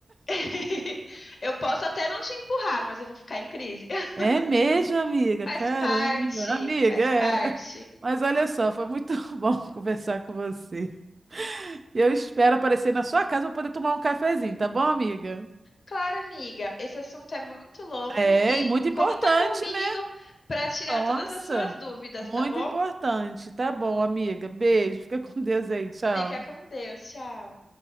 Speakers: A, on the left; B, on the right.
A: <laughs> Eu posso até não te empurrar, mas eu vou ficar em crise. <laughs>
B: É mesmo, amiga.
A: Faz
B: Caramba,
A: parte,
B: amiga,
A: faz
B: é.
A: parte.
B: Mas olha só, foi muito <laughs> bom conversar com você. E eu espero aparecer na sua casa para poder tomar um cafezinho, tá bom, amiga?
A: Claro, amiga. Esse assunto é muito longo
B: É,
A: e
B: e muito importante,
A: conta comigo
B: né?
A: para tirar
B: Nossa,
A: todas as suas dúvidas,
B: muito
A: tá bom?
B: importante. Tá bom, amiga. Beijo, fica com Deus aí, tchau.
A: Fica com Deus. Tchau.